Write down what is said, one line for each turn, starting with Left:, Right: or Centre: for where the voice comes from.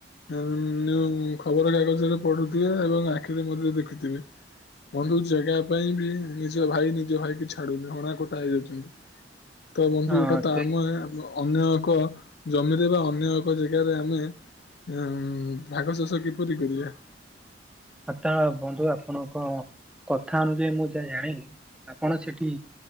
Left: ଉ ଯୋଉଁ ଖବର କାଗଜରେ ପଢୁଥିବେ ଏବଂ ଆଖିରେ ମଧ୍ୟ ଦେଖୁଥିବେ। ବନ୍ଧୁ ଜାଗା ପାଇଁ ବି ନିଜ ଭାଇ ନିଜ ଭାଇକ ଛାଡୁନି ହଣା କଟା ହେଇଯାଉଛନ୍ତି। ତ ବନ୍ଧୁ
Centre: ହଁ
Left: ଏଇଟା ତ
Centre: ସେ
Left: ଆମେ ଅନ୍ୟ ଏକ ଜମିରେ ବା ଅନ୍ୟ ଏକ ଜାଗାରେ ଆମେ ଉ ଭାଗ ଚାଷ କିପରି କରିବା?
Centre: ଆ ତ ବନ୍ଧୁ ଆପଣ କ କଥା ଅନୁଯାୟୀ ମୁଁ ଯାହା ଜାଣିଲି ଆପଣ ସେଠି